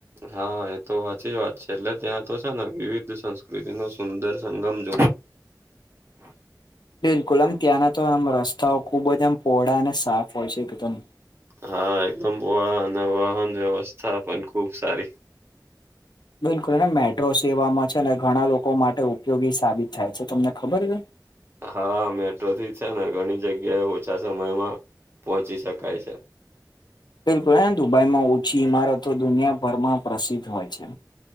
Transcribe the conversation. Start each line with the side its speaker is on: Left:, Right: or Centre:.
Right: હા એ તો સાચી વાત છે એટલે ત્યાં તો છે ને વિવિધ સંસ્કૃતિ નો સુંદર સંગમ જો
Left: બિલકુલ આમ ત્યાંના તો આમ રસ્તાઓ ખુબ જ આમ પોહળા અને સાફ હોય છે એકદમ
Right: હા એકદમ પોળ અને વાહન વ્યવસ્થા પણ ખુબ સારી
Left: બિલકુલ અને મેટ્રો સેવામાં છે અને ઘણા લોકો માટે ઉપયોગી સાબિત થાય છે તમને ખબર છે.
Right: હા મેટ્રોથી છે ને ઘણી જગ્યાએ ઓછા સમયમાં પહોંચી શકાય છે.
Left: બિલકુલ દુબઈમાં ઓછી ઈમારતો દુનિયાભરમાં પ્રસિદ્ધ હોય છે.